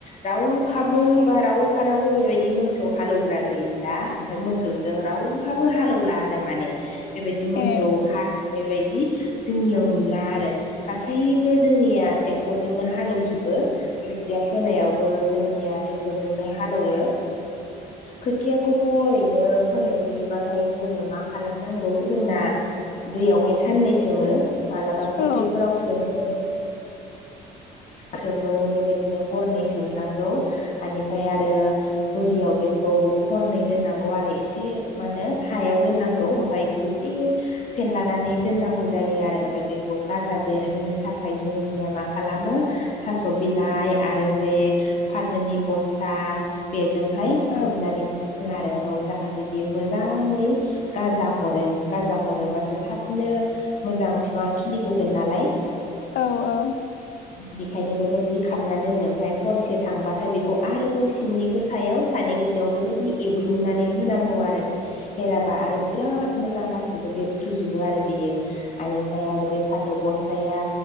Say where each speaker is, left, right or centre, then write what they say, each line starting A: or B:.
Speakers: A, on the left; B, on the left.
A: रावहाबो बा रावहानाव ब बेेबायदि मोसौ हालौवग्रा गैला ओमफफ्राय मोसौजों रावहाबो हालेवला आरो माने बेबायदि मोसौ
B: ए
A: हालौनाय बदि जोंनियाव नुला आरो गासैबो जोंनिया ट्रेक्टरजोंनो हालेवजोबो खोथिया फोनायावबो जोंनिया ट्रेक्टरजोंनो हालौवो खोथियाखौथ' ओरैनो फोनोसैबाथाय जोङो मा खालामनांगौ जोंना दैयावहाय साननै सोमो मालाबा फुख्रिफोराव
B: औ
A: सोमो सोमो बेबायदिनो हरनै सोमनांगौ बेनिफ्राय आरो बोरियाव बेखौ हरनै दोननांगौ आरो एसे मा होनो हायाव दोननांगौ ओमफ्राय बे एसे फेनलानानै दोननांगौ जायो आरो ओमफ्राय बेखौ गाजा बेरहोनो थाखाय जोंनिया मा खालामो थास' बिलाइ आरो बे फाथोनि बस्थु था बेजोंहाय
B: औ
A: खोबनानै हो आरो औ जाहाथे बियो मोजाङै गाजा हरो गाजा हरोबासो थाबनो मोजां बिफांआ खिलिबोगोन नालाय
B: औ औ
A: बेखायनो बेबायदि खालामना दोनो ओमफ्राय हरसे थांबाथाय बेखौ आरोबाव सिंनिखौ सायाव सानिखौ सायाव बेबायदि एग्लुंनानै होनांगौ आरो हेलाबा आरो बिराद मोजां गासिबो बेबफ्रुजोबो आरो बेयो बेनिफ्राय आरो बे फाथो बस्थाया